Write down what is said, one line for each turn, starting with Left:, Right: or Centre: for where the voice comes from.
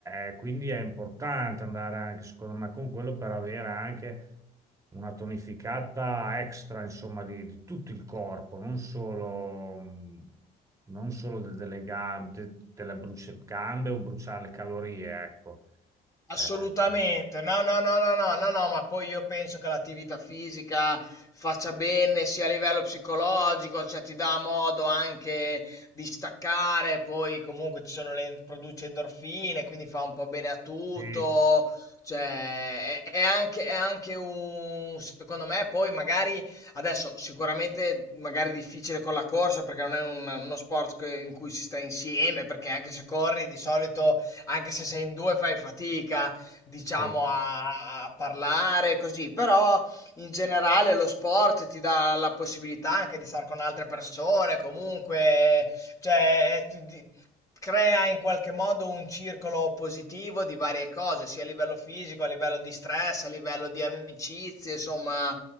Right: eh, eh, quindi è importante andare anche, secondo me, con quello per avere anche una tonificata extra, insomma, di, di tutto il corpo, non solo, mh, non solo de- delle gambe, de- delle bruci- gambe o bruciare le calorie, ecco.
Left: Assolutamente,
Right: Eh, eh,
Left: no, no, no, no, no, no, no, ma poi io penso che l'attività fisica faccia bene sia a livello psicologico, cioè ti dà modo anche di staccare, poi comunque ci sono le, produce endorfine, quindi fa un po' bene a tutto,
Right: sì,
Left: cioè è, è anche, è anche un, secondo me, poi magari adesso sicuramente magari difficile con la corsa perché non è un- uno sport che- in cui si sta insieme, perché anche se corri di solito anche se sei in due fai fatica, diciamo,
Right: sì,
Left: a, a parlare così, però in generale lo sport ti dà la possibilità anche di stare con altre persone, comunque, cioè, ti- ti- crea in qualche modo un circolo positivo di varie cose, sia a livello fisico, a livello di stress, a livello di amicizie, insomma,